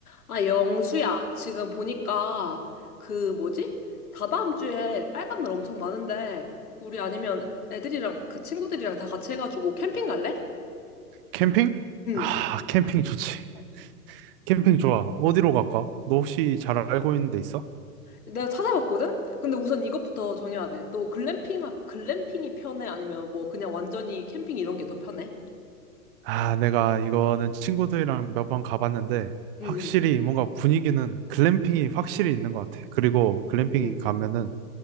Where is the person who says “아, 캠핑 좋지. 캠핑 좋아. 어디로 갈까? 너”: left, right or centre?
Right